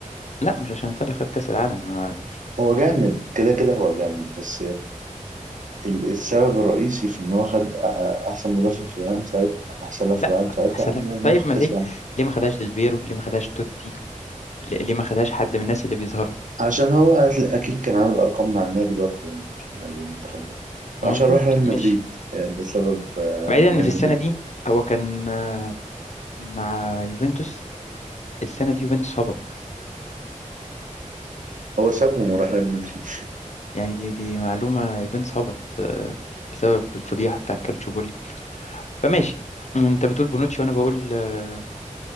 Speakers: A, on the left; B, on the right.
A: لا مش عشان ايطاليا خد كاس العالم آه،
B: هو جامد كده كده هو جامد بس ال- السبب الرئيسي في ان هو خد أ- احسن مدافع في العالم ساعتها احسن لاعب في
A: لا
B: العالم ساعتها
A: احسن
B: عن
A: لها طيب
B: مخ
A: ما
B: كاس
A: ليه
B: العالم
A: ليه ما خدهاش ديلبيرو ليه ما خدهاش توتي ليه ليه ما خدهاش حد من الناس اللي بيظهروا
B: عشان هو هتل- اكيد كان عامل ارقام مع النادي برضه يعني مش مع المنتخب بس وعشان
A: مظبوط
B: راح ريال
A: ماشي
B: مدريد يعني ده سبب آه،
A: بعيدا
B: مهم
A: ان في السنه
B: جدا
A: دي هو كان آه، مع يوفنتوس السنه دي يوفنتوس هبط
B: هو سابهم وراح ريال مدريد
A: يعني دي دي معلومه يوفنتوس هبط آه، بسبب الفضيحه بتاع كالتشوبولي فماشي انت بتقول بونوتشي وانا بقول آه،